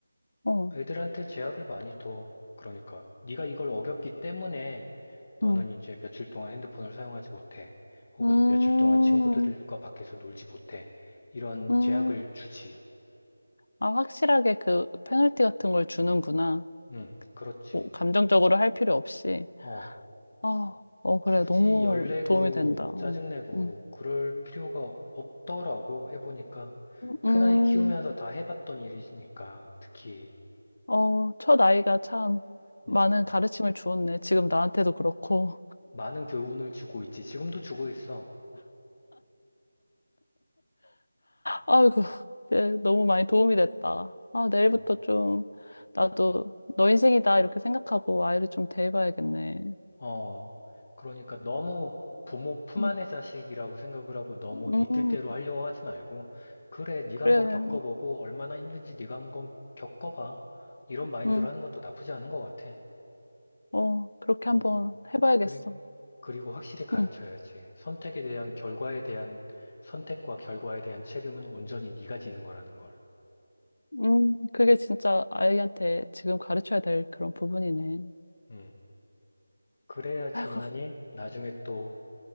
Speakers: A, on the left (about 70°); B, on the left (about 35°).
A: 어,
B: 애들한테 제약을 많이 둬. 그러니까 네가 이걸 어겼기 때문에 너는
A: 응.
B: 이제 며칠 동안 핸드폰을 사용하지 못해. 혹은
A: 음,
B: 며칠 동안 친구들과 밖에서 놀지 못해. 이런
A: 음.
B: 제약을 주지.
A: 아, 확실하게 그 페널티 같은 걸 주는구나.
B: 응, 그렇지.
A: 뭐 감정적으로 할 필요 없이.
B: 어
A: 아, 어,
B: 굳이
A: 그래. 너무
B: 열내고
A: 도움이 된다. 어,
B: 짜증내고
A: 음,
B: 그럴 필요가 없더라고 해보니까 큰아이
A: 음,
B: 키우면서 다 해봤던 일이니까 특히
A: 어, 첫 아이가 참 많은
B: 음,
A: 가르침을 주었네. 지금 나한테도 그렇고.
B: 많은 교훈을 주고 있지 지금도 주고 있어
A: 아이고, 네, 너무 많이 도움이 됐다. 아, 내일부터
B: 어,
A: 좀 나도 너 인생이다. 이렇게 생각하고 아이를 좀 대해봐야겠네.
B: 어, 그러니까 너무 부모 품
A: 음,
B: 안의 자식이라고 생각을 하고 너무
A: 음,
B: 네 뜻대로 하려고 하지 말고 그래 네가
A: 그래.
B: 한번 겪어보고 얼마나 힘든지 네가 한번 겪어봐 이런 마인드로
A: 음,
B: 하는 것도 나쁘지 않은 것 같아
A: 어, 그렇게
B: 어,
A: 한번 해봐야겠어.
B: 그리- 그리고 확실히 가르쳐야지.
A: 음.
B: 선택에 대한 결과에 대한 선택과 결과에 대한 책임은 온전히 네가 지는 거라는 걸.
A: 음, 그게 진짜 아이한테 지금 가르쳐야 될 그런 부분이네.
B: 음. 그래야지만이
A: 아이고,
B: 나중에 또